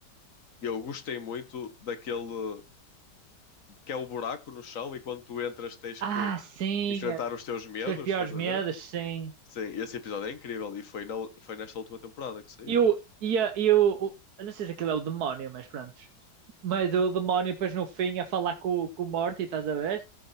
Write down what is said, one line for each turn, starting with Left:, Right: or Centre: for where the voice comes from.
Left: eu gostei muito daquele que é o buraco no chão e quando tu entras tens
Right: Ah,
Left: que
Right: sim.
Left: enfrentar
Right: eh,
Left: os teus medos,
Right: Os teus piores
Left: estás a
Right: medos,
Left: ver?
Right: sim.
Left: Sim, esse episódio é incrível e foi, na, foi nesta última temporada que saiu.
Right: E o. E, a- e o, o- eu Não sei se aquilo é o demónio, mas pronto. Mas o demónio depois no fim a falar com, com o Morty, estás a ver?